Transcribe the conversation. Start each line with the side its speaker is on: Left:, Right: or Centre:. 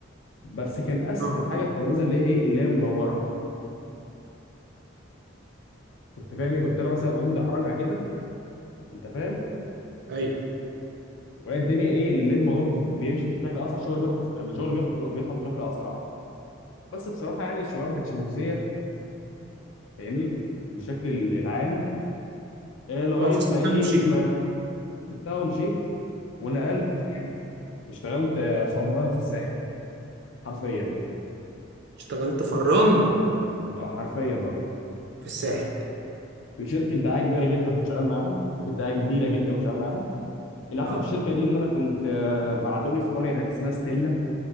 Left: بس كان اسهل
Right: اه
Left: حاجه الترابيزه اللي هي ايه اللي هي مدوره كنت فاهم ايه كنت انا مثلا اقوم مدحرجها كده انت فاهم
Right: ايوه
Left: وهي الدنيا ايه اللي الموضوع بيمشي بشكل اسرع الشغل بياخد الشغل بياخد بيخلص بشكل اسرع بس بصراحه يعني الشغلانه ما كانتش مجزيه فاهمني بالشكل العالي آه، لغايه
Right: اه فسبتها
Left: ما ايه
Right: ومشيت
Left: ما سبتها ومشيت ونقلت اشتغلت آه، فران في الساحل حرفيا
Right: اشتغلت فران
Left: آه، حرفيا اه
Right: في الساحل
Left: في شركه دعايه كبيره جدا كنت شغال معاهم شركه دعايه كبيره جدا كنت شغال معاهم اللي حصل
Right: اه
Left: في الشركه دي ان انا كنت آه، بعتوني في قريه هناك اسمها ستيلا